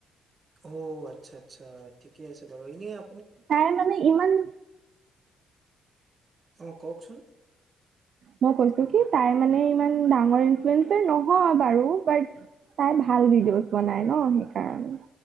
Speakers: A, on the right; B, on the right.
A: অ' আচ্ছা আচ্ছা, ঠিকে আছে বাৰু এনে আ
B: তাই মানে ইমান
A: অ', কওঁকচোন।
B: মই কৈছোঁ কি তাই মানে ইমান ডাঙৰ ইনফ্লুৱেঞ্চাৰ নহয় বাৰু, বাট, তাই ভাল ভিডিঅ'জ বনাই ন' সেইকাৰণে।